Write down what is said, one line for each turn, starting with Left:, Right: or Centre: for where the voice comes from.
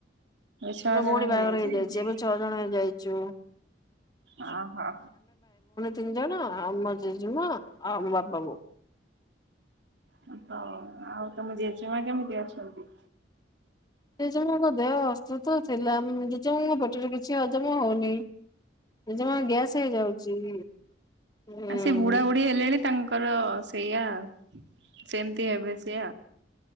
Right: ଛଅ ଜଣ
Left: ଭଉଣୀ
Right: ହେଇଯାଇଛନ୍ତି
Left: ବାହାଘର ହେଇଯାଇଛି। ଏବେ ଛଅ ଜଣ ହେଇ ଯାଇଛୁ
Right: ଓ ହୋ
Left: ତିଞ୍ଜଣ ଆଉ ମୋ ଜେଜମା ଆଉ ମୋ ବାପା ବୋଉ।
Right: ହଉ ଆଉ ତମ ଜେଜେମା କେମିତି ଅଛନ୍ତି?
Left: ଜେଜେମାଙ୍କ ଦେହ ଅସ୍ତୁତ ଥିଲା ଜେଜେମାଙ୍କ ପେଟରେ କିଛି ଜମା ହଉନି ଜମା ଗ୍ୟାସ୍ ହେଇଯାଉଛି। ହୁଁ
Right: ଆଉ ସେ ବୁଢା ବୁଢୀ ହେଲେଣି ତାଙ୍କର ସେଇଆ ସେମିତି ହେବେ ସେ